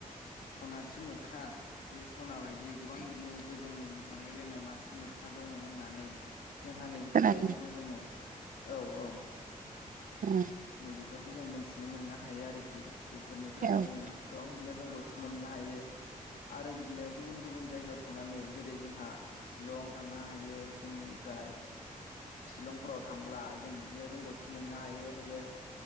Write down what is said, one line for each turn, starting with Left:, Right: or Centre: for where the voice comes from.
Left: सनाथि मोख्रा जे सना बायदि गोबां बिदिनो गोजों जोंलायलायनाय मासे मोख्रा दङ' होननानै जोंहा नै बेफोरबायदिखौ
Right: खोनादों औ नोंथां
Left: जोङो औ औ
Right: उम
Left: नो बेफोरखौ जों मोनथिनो मोननो हायो आरोखि बेफोरनिफ्राय
Right: औ
Left: जोंनिआ गोबां बिदिनो रोंगौथि मोननो हायो आरो बिदिनो गुबुन गुबुन जायगायाव थांनानै जेरै जोंहा शिलं थांनो हायो जोंनिफ्राय। शिलंफोराव थांब्ला जों बिदिनो रोंगौथि मोननो हायो जे